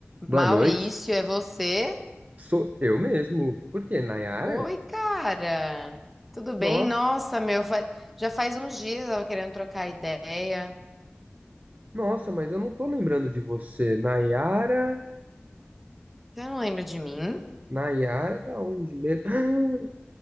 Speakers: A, on the right; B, in the centre.
A: Boa
B: Maurício,
A: noite.
B: é você?
A: Sou eu mesmo. Por quê? Nayara?
B: Oi, cara. Tudo bem?
A: Nossa,
B: Nossa, meu, fa- já faz uns dias eu tava querendo trocar ideia.
A: nossa, mas eu não tô lembrando de você. Nayara,
B: Você não lembra de mim?
A: Nayara, da onde mesmo?